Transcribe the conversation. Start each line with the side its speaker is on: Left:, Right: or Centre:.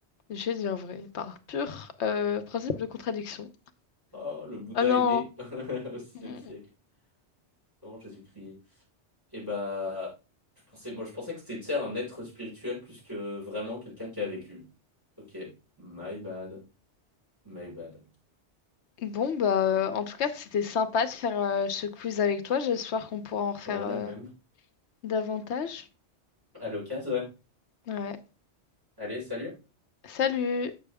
Left: Je dis un vrai, par pur euh, principe de contradiction.
Right: Oh, le Bouddha
Left: Ah non!
Right: est né <laughs> au sixième
Left: <laughs>
Right: siècle, avant Jésus-Christ. Et bah, je pensais, moi, je pensais que c'était, tu sais, un être spirituel plus que vraiment quelqu'un qui a vécu. Ok, my bad, my bad.
Left: Mhm. Bon, bah, euh, en tout cas, c'était sympa de faire euh, ce quiz avec toi. J'espère qu'on pourra en refaire
Right: On a la
Left: euh,
Right: même.
Left: davantage.
Right: À l'occasion, ouais.
Left: Ouais.
Right: Allez, salut.
Left: Salut!